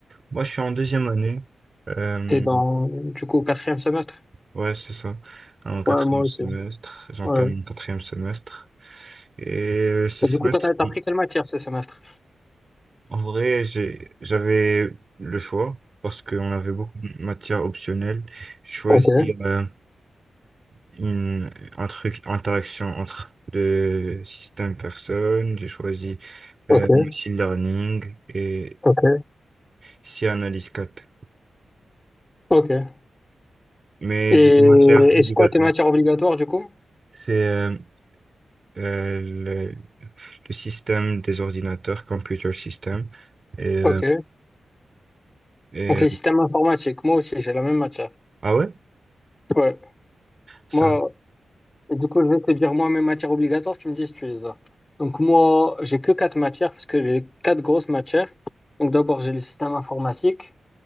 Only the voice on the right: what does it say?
Moi, je suis en deuxième année. Euh,
ouais, c'est ça. En quatrième
semestre, j'entame
mon quatrième semestre. Et euh, ce
semestre,
oui.
En vrai, j'ai, j'avais le choix parce qu'on avait beaucoup de matières optionnelles. Choisir
euh, une, un truc, interaction entre le système personne. J'ai choisi
euh, machine learning et
C analyse quatre
Mais
j'ai des matières obligatoires.
C'est euh, euh, le, le système des ordinateurs, computer system. Et, euh,
et-
euh,
ah ouais?
Ça,